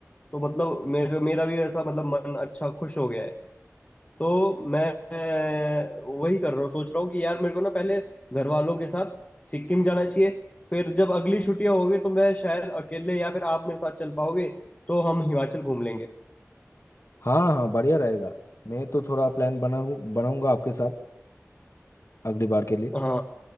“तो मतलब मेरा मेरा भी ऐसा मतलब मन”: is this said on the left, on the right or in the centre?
Left